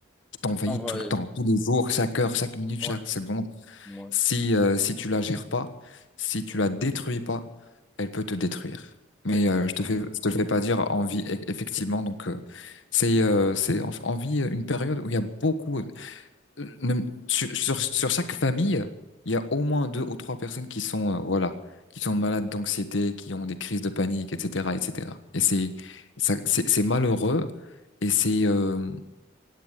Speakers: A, on the left; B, in the centre.
A: qui t'envahit
B: Envahir.
A: tout le temps, tous les jours, chaque heure, chaque minute,
B: Ouais.
A: chaque seconde.
B: Ouais.
A: Si, euh, si tu la gères pas, si tu la détruis pas, elle peut te détruire. Mais
B: Exact.
A: euh, je te fais, je te le fais pas dire envie, e- effectivement. Donc euh, c'est, euh, c'est en- en vie une période où il y a beaucoup, euh, même sur, sur, sur chaque famille, il y a au moins deux ou trois personnes qui sont, euh, voilà, qui sont malades d'anxiété, qui ont des crises de panique, etc., etc. Et cetera. Et c'est, ça, c'est c'est malheureux et c'est, euh,